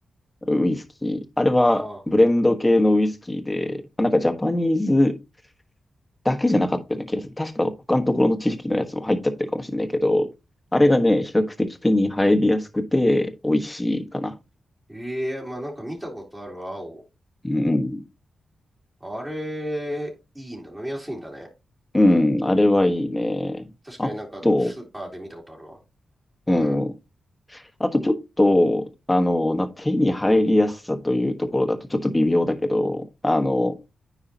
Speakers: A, on the left (about 15°); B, on the right (about 20°).
A: ウイスキー。あれはブレンド系のウイスキーで、
B: ああ、
A: まあなんかジャパニーズだけじゃなかったような気がする。確か他のところの知識のやつも入っちゃってるかもしれないけど、あれがね、比較的手に入りやすくて美味しいかな。
B: ええまあなんか見たことあるわ、青。
A: うん。
B: あれ、いいんだ。飲みやすいんだね。
A: うん、あれはいいね。
B: 確かになんかスーパーで見たことあるわ。
A: あと、うん。
B: うん。
A: あとちょっと、あの、な、手に入りやすさというところだとちょっと微妙だけど、あの、